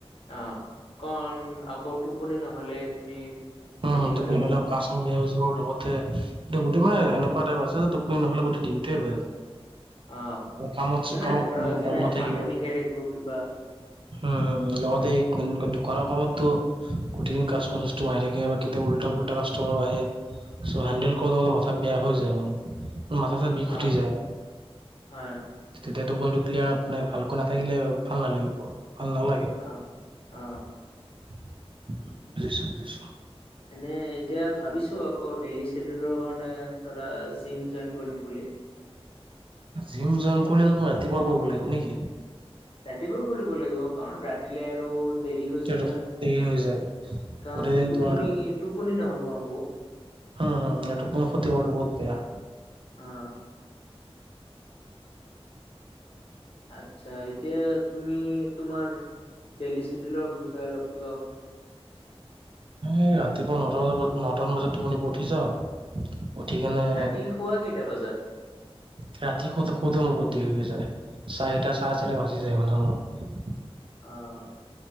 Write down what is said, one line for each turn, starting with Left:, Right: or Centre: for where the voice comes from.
Left: অ', কাৰণ আকৌ টোপনি নহ'লে এইখিনি
Right: অ',
Left: হেৰি
Right: টোপনি
Left: হয়
Right: নহ'লে কাছো বেয়া হৈ যাব, লগতে এতিয়া গোটেই মানে, এনেকুৱা টাইপ আছে যে টোপনি নহ'লে গোটেই দিনটোৱে বেয়া যায়।
Left: অ
Right: এই‌ কামত,
Left: মানে
Right: ছো কামত
Left: ধৰা
Right: মন,
Left: যেনে
Right: মন নাথাকিব।
Left: মাথা বিষাই থাকিব কিবা
Right: উম, উম, লগতে এই কিনকে দোকানৰ কামতো, প্ৰতিদিন কাষ্টমাৰ-ছাষ্টমাৰ আহি থাকে। কেতিয়াবা, কেতিয়াবা, উল্টা-পোল্টা কাষ্টমাৰো আহে, চ' হেণ্ডেল কৰোঁতে, কৰোঁতে মাথা বেয়া হৈ যায় মানে। মাথা-চাথা বিষ
Left: অ
Right: উঠি যায়‌ মানে।
Left: হয়
Right: তেতিয়া‌, টোপনিটো ক্লিয়াৰ মানে, ভালকৈ নাথাকিলে ভাল নালাগিব, ভাল নালাগে। বুজিছোঁ,
Left: অ অ
Right: বুজিছোঁ।
Left: এনেই, এতিয়া ভাবিছোঁ আকৌ, ডেইলি চিদুলৰ কাৰণে, ধৰা জিম জইন কৰিম বুলি।
Right: জিম জইন কৰিলেটো ৰাতিপুৱা কৰিব লাগিব নে‌ কি?
Left: ৰাতিপুৱা কৰিব লাগিব, কাৰণ, ৰাতিলে আৰু দেৰি হৈ
Right: তেতিয়াতো
Left: যায় না,
Right: দেৰি হৈ যায়।
Left: কাৰণ
Right: গোটেই দিন
Left: টোপনি,
Right: তোমাৰ
Left: টোপনি নহ'ব আকৌ।
Right: অ', অ', এই টোপনি ক্ষতি কৰাটো বহুত বেয়া।
Left: অ'। আচ্ছা, এতিয়া তুমি, তোমাৰ ডেইলি ছিডুলৰ, বিষয়ে অলপ কিবা
Right: এ, ৰাতিপুৱা নটা বজামান, নটামান বজাত, টোপনিৰ পৰা‌ উঠি যাওঁ। উঠি কেনে
Left: ৰাতি শুৱা কেইটা বজাত?
Right: ৰাতি শুওতে‌, শুওতে মোৰ বহুত দেৰি হৈ যায়, চাৰিটা, চাৰে চাৰিটা বাজি যায়, মানে মোৰ।
Left: অ'।